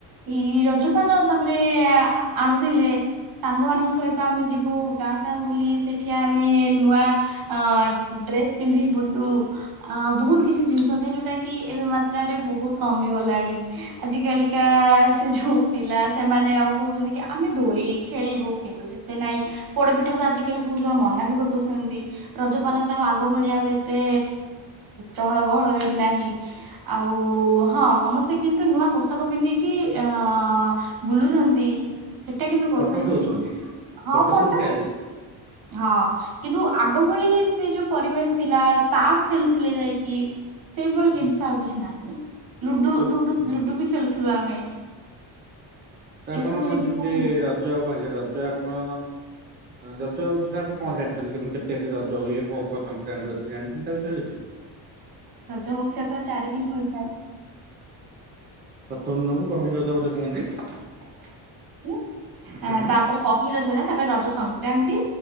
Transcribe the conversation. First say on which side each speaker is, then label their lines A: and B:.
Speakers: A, on the right; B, on the right.
A: ଏଇ ରଜପାନ ତାପରେ ଆ ଆଣୁଥିଲେ ସାଙ୍ଗମାନାନଙ୍କ ସହିତ ଆମେ ଯିବୁ ଗାଁ ଗାଁ ବୁଲି ସେଠିଆ ଆମେ ନୂଆ ଅ ଡ୍ରେସ ପିନ୍ଧି ବୁଲୁ ବହୁତ କିଛି ଜିନିଷ ଥାଏ ଯୋଉଟା କି ଏବେ ମାତ୍ରାରେ ବହୁତ କମ ହେଇଗଲା ଲାନି ଆଜି କାଲିକା ସେ ଯୋଉ ପିଲା ସେମାନେ ଆଉ କହୁଛନ୍ତି। ଆମେ ଦୋଳି ଖେଳିବୁ କିନ୍ତୁ ସେତେ ନାଇଁ ପୋଡପିଠା ତ ଆଜିକାଲି ବହୁତ ଜଣ ମନା ବି କରିଦଉଛନ୍ତି। ରଜପାନ ତ ଆଉ ଆଗ ଭଳି ଆଉ ଏତେ ଚହଳ ଗହଳରେ ବି ନାହିଁ ଆଉ ଓ ହଁ ସମସ୍ତେ କିନ୍ତୁ ନୂଆ ପୋଷାକ ପିନ୍ଧିକି ଅଅ ବୁଲୁଛନ୍ତି। ସେଟା କିନ୍ତୁ କରୁଛନ୍ତି
B: ଫଟୋ ଉଠଉଛନ୍ତି
A: କିନ୍ତୁ ହଁଟ
B: ଫଟୋ ସୁଟ ଚାଲିଛି
A: ହଁ କିନ୍ତୁ ଆଗ ଭଳି ସେ ଯୋଉ ପରିବେଶ ଥିଲା ତାସ ଖେଳୁଥିଲେ ଯାଇକି ସେଇଭଳି ଜିନିଷ ଆଉ କିଛି ନାହିଁ। ଲୁଡୁ ଲୁଡୁ ଲୁଡୁ ବି ଖେଳୁଥିଲୁ ଆମେ।
B: ତ ଆପଣ
A: ଏସବୁ ଜିନିଷ
B: ଯେମିତି ରଜ କହିଲେ ରଜ ଆପଣ ରଜ ଷରେ ଆପଣ କଣ ଜାଣିଛନ୍ତି? କେତେ ରଜ ହୁଏ? କଣ କଣ ସଂକ୍ରାନ୍ତି ଅଛି ଜାଣିଛନ୍ତି ତା ବିଷୟରେ କିଛି?
A: ରଜ ମୁଖ୍ୟତ ଚାରି ଦିନ ହୋଇଥାଏ।
B: ପ୍ରଥମ ଦିନକୁ ପହିଲି ରଜ ବୋଧେ କୁହନ୍ତି।
A: ହ
B: ହଁ।
A: ତାପରେ ପହିଲି ରଜର ତାପରେ ରଜ ସଂକ୍ରାନ୍ତି